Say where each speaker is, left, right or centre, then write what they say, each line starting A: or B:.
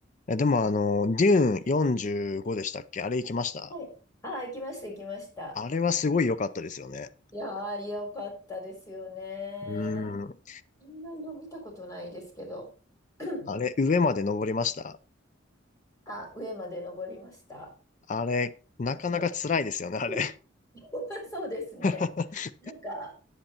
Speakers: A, on the left; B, on the left.
A: えでもあの、デューン45でしたっけあれ行きました
B: はい。ああ、行きました、行きました。
A: あれはすごい良かったですよね。
B: いやー、よかったですよね。
A: うーん。
B: みんな色見たことないですけど。<clears throat>
A: あれ、上まで登りました
B: あ、上まで登りました。
A: あれ、なかなか辛いですよね、
B: だって。
A: あれ。
B: うん <laughs> そうですね。
A: <laughs>
B: なんか、